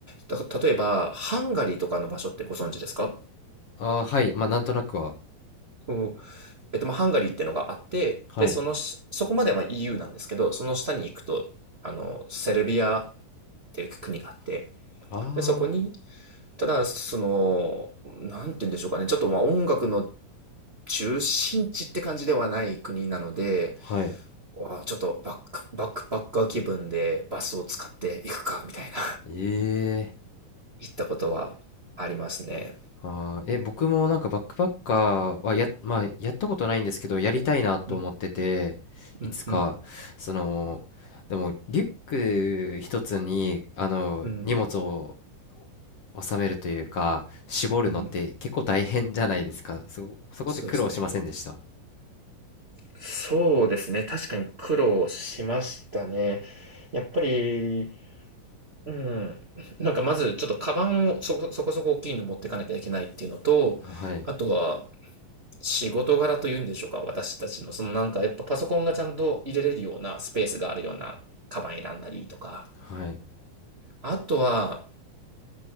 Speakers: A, on the right; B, on the left.
A: た例えば、ハンガリーとかの場所ってご存知ですか
B: ああ、はい。まあ、なんとなくは。
A: そう。えっと、まあ、ハンガリーってのがあって、
B: はい。
A: で、そのし、そこまでは EU なんですけど、その下に行くと、あの、セルビアっていう国があって、
B: あ
A: で、そこに、ただ、その、なんて言うんでしょうかね、ちょっとまあ音楽の中心地って感じではない国なので、
B: あ、はい。
A: わあちょっとバック、バックパッカー気分でバスを使っていくか、みたいな、
B: ええ
A: <laughs> 行ったことはありますね。
B: あーえ、僕もなんかバックパッカーはや、まあ、やったことないんですけど、やりたいなと思ってて、
A: うん、うん、
B: いつか、
A: うん、
B: その、でも、リュック一つに、あの、
A: うん、
B: 荷物を収めるというか、絞るのって結構大変じゃないですか。
A: うん、
B: そ、そこって苦労しませんでした。
A: そうですね。そうですね。確かに苦労しましたね。やっぱり、うん。なんかまずちょっとカバンをそこ、そこそこ大きいの持ってかなきゃいけないっていうのと、
B: はい。
A: あとは仕事柄というんでしょうか、私たちの、そのなんかやっぱパソコンがちゃんと入れれるようなスペースがあるようなカバン選んだりとか、
B: はい。
A: あとは、